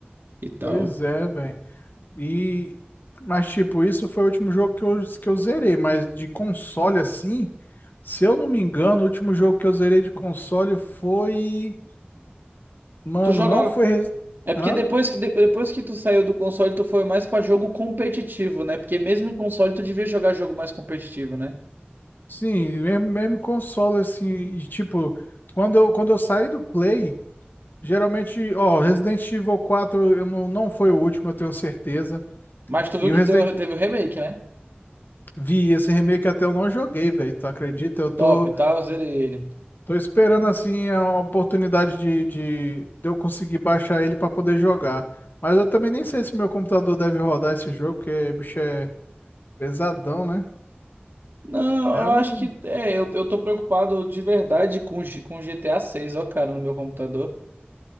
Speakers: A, on the right (about 60°); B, on the left (about 55°).
A: e tal.
B: Pois é, velho. E, mas tipo, isso foi o último jogo que eu, que eu zerei, mas de console assim, se eu não me engano, o último jogo que eu zerei de console foi, mano,
A: Tu jogava.
B: não foi, Res-
A: É porque
B: hã?
A: depois que, de- depois que tu saiu do console, tu foi mais pra jogo competitivo, né? Porque mesmo em console, tu devia jogar jogo mais competitivo, né?
B: Sim, mesmo, mesmo console assim, e tipo, quando eu, quando eu saí do Play, geralmente, ó, Resident Evil 4 eu não, não foi o último, eu tenho certeza.
A: Mas tu viu
B: E
A: que
B: o Resident
A: deu... teve o remake, né?
B: vi esse remake até eu não joguei, velho, tu acredita? Eu tô
A: Top, tá? Eu zerei ele.
B: Tô esperando assim a oportunidade de, de, de eu conseguir baixar ele para poder jogar. Mas eu também nem sei se meu computador deve rodar esse jogo, porque bicho é pesadão, né?
A: Não,
B: É, Eu
A: eu
B: não...
A: acho que é, eu, eu tô preocupado de verdade com, G- com GTA 6, ó, cara, no meu computador.